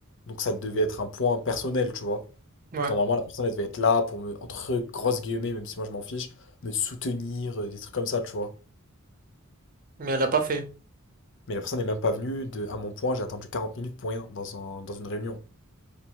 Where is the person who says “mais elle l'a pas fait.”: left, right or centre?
Right